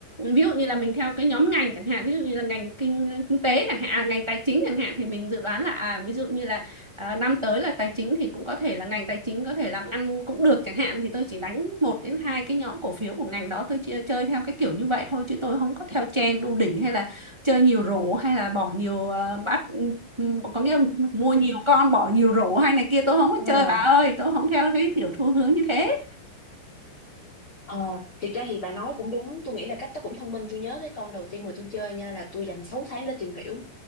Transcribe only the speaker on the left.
Ờ,
ờ, thiệt ra thì bà nói cũng đúng Tôi nghĩ là cách đó cũng thông minh Tôi nhớ cái con đầu tiên mà tôi chơi nha Là tôi dành 6 tháng để tìm hiểu